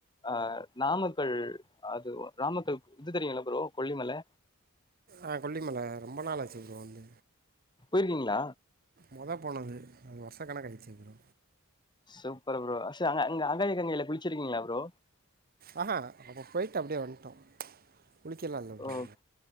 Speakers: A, on the left; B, on the right.
A: அ நாமக்கல் அது நமக்கல் இது தெரியும்யில்ல ப்ரோ கொல்லிமலை
B: ஆ கொல்லிமலை ரொம்ப நாளாச்சு ப்ரோ வந்து
A: போயிருக்கீங்களா
B: மொத போனது அது வருஷ கணக்காயிருச்சு ப்ரோ
A: சூப்பர் ப்ரோ சரி அங்க அங்க அங்காய கங்கையில குளிச்சிருக்கீங்களா ப்ரோ?
B: ஆஹா அப்ப போயிட்டு அப்டியே வந்துட்டோம் குளிக்க எல்லா இல்ல ப்ரோ
A: ஓகே,